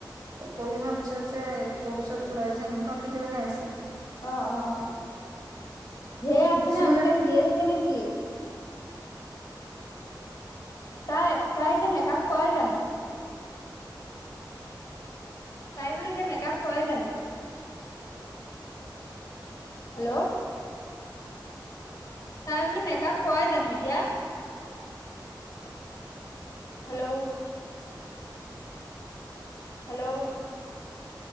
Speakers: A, on the right; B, on the left.
A: কৰি হোৱাৰ পিছত যে ফটো চটো লয় যে সেনেকুৱা ভিডিঅহে আছে
B: অ অ অ ঢেৰ আছে
A: কিছুমানে
B: নে এনি টাইম দিয়ে থাকে নে কি তাই তাই যে মেকআপ কৰে জানো তাই বোলো এতিয়া মেকাআপ কৰে জানো হেল্ল তাই বোলো মেকাপ কৰে জানো এতিয়া hello. Hello